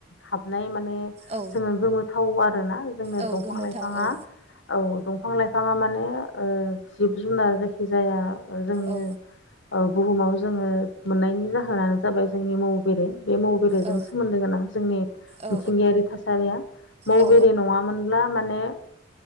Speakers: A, on the left (about 65°); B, on the right (about 30°).
A: हाबनाय माने
B: औ
A: जोङो गोमोथाव आरोोना जोंनो
B: औ
A: दंफां
B: गोमोथाव
A: लाइफाङा
B: औ
A: औ दंफां लाइफाङा माने जिब जुनार जायखि जाया जोंनि
B: औ
A: बुहुमाव जोङो मोननायनि जाहोनानो जाबाय जोंनि बेे बे म बेरेजों
B: औ
A: सोमोन्दो गोनां जोंनि
B: औ
A: मिथिंगायारि थासारिया म
B: औ
A: बेरे नङा मोनब्ला माने